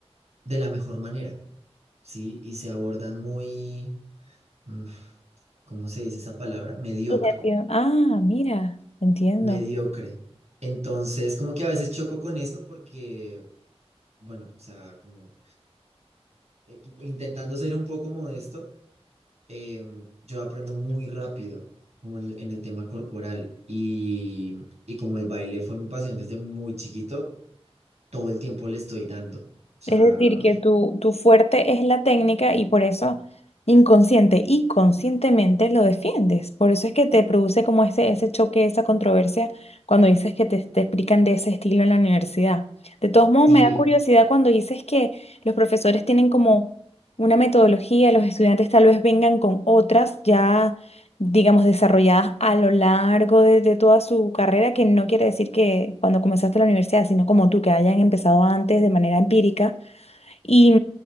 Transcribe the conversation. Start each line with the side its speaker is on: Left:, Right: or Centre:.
Right: de la mejor manera, ¿sí? Y se abordan muy, mm, ¿cómo se dice esa palabra? Mediocre,
Left: Subjetivo. Ah, mira, entiendo.
Right: mediocre. Entonces, como que a veces choco con eso porque, bueno, o sea, como eh, intentando ser un poco modesto eh, yo aprendo muy rápido, como en, el en el tema corporal. Y, y como el baile fue mi pasión desde muy chiquito, todo el tiempo le estoy dando. O sea,
Left: Es decir, que tu, tu fuerte es la técnica y por eso inconsciente y conscientemente lo defiendes. Por eso es que te produce como ese, ese choque, esa controversia cuando dices que te, te explican de ese estilo en la universidad. De todos modos,
Right: sí,
Left: me da curiosidad cuando dices que los profesores tienen como una metodología, los estudiantes tal vez vengan con otras ya, digamos, desarrolladas a lo largo de, de toda su carrera, que no quiere decir que cuando comenzaste la universidad, sino como tú, que hayan empezado antes de manera empírica y